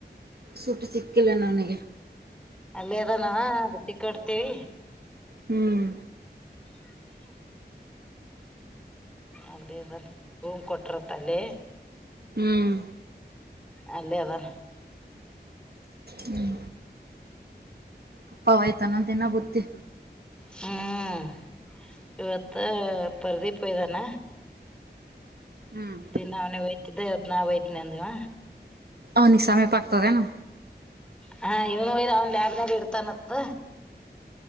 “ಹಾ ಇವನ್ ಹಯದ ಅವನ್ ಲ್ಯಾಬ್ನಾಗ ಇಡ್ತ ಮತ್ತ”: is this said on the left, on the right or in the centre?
Centre